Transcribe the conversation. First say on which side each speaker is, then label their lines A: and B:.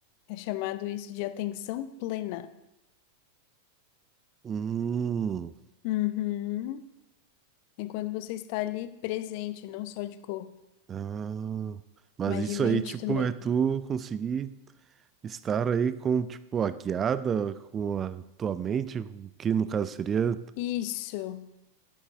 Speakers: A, on the left; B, on the right.
A: É chamado isso de atenção plena.
B: Hum.
A: Uhum. Enquanto você está ali presente, não só de corpo.
B: Ah, mas
A: mas
B: isso
A: de mente
B: aí, tipo,
A: também.
B: é tu conseguir estar aí com, tipo, a guiada, com a tua mente, o que no caso seria.
A: Isso,